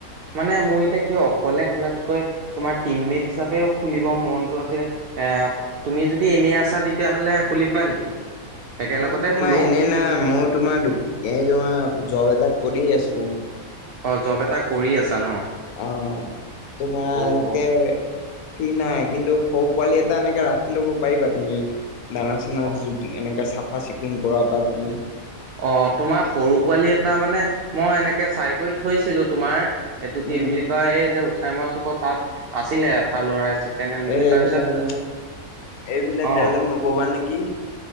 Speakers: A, on the right; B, on the left.
A: মানে মোৰ এতিয়া কি অকলে খোলাতকৈ তোমাৰ টিম মেট হিচাপেও খুলিব মনটো আছিলে। এ তুমি যদি এনেই আছা তেতিয়াহ'লে খুলিবা নেকি? একেলগতে
B: মই তোমাৰ
A: খোলো
B: এনে নাই মই তোমাৰো তোমাৰ জব এটা কৰি আছোঁ।
A: অ', জব এটা কৰি আছা ন'।
B: অ তোমাৰ
A: অ
B: এনেকে
A: অ
B: ফ্ৰী নাই কিন্তু সৰু পোৱালি এটা এনেকে ৰাখি ল'ব পাৰিবা তুমি? দানা চানা
A: অ
B: এনেকাে চাফা চিকুণ কৰা পৰা বুলি
A: অ', তোমাৰ সৰু পোৱালি এটা মানে মই এনেকে চাই কৰি থৈছিলো তোমাৰ এইটো কি
B: উম
A: বুলি কয় এই যে উঠাই মই চ তাত আছিলে এটা ল'ৰা ছেকেণ্ড হেণ্ড বুলি
B: এ এইবিলাক
A: তাৰপিছত
B: উ এইবিলাক
A: অ
B: ডাইলগ নক'বা নেকি?